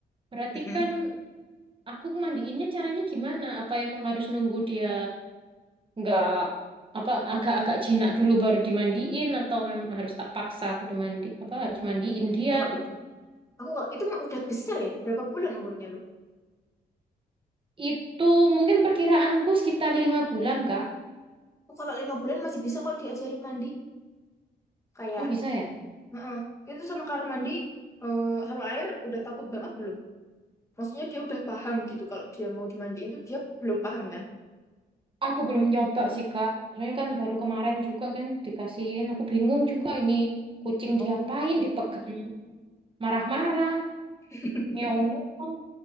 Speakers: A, on the right; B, on the left.
A: berarti
B: mm-mm.
A: kan aku mandiinnya caranya gimana? Apa emang harus nunggu dia nggak apa agak-agak jinak dulu baru dimandiin atau memang harus tak paksa aku dimandi apa harus mandiin dia
B: Kalau
A: gitu?
B: aku kalau itu mah udah besar ya. Berapa bulan umurnya lu?
A: Itu mungkin perkiraanku sekitar lima bulan kak.
B: Oh, Kalau lima bulan masih bisa kok diajarin mandi. Kayak
A: Oh bisa ya?
B: Heeh. Itu sama kamar mandi eh, sama air udah takut banget belum? Maksudnya dia udah paham gitu kalau dia mau dimandiin tuh dia belum paham kan?
A: Aku belum nyoba sih, Kak. Soalnya kan baru kemarin juga kan dikasihin. Aku bingung juga ini kucing
B: Oh.
A: diapain, dipegang marah-marah,
B: <laughs>
A: ngeong-ngeong,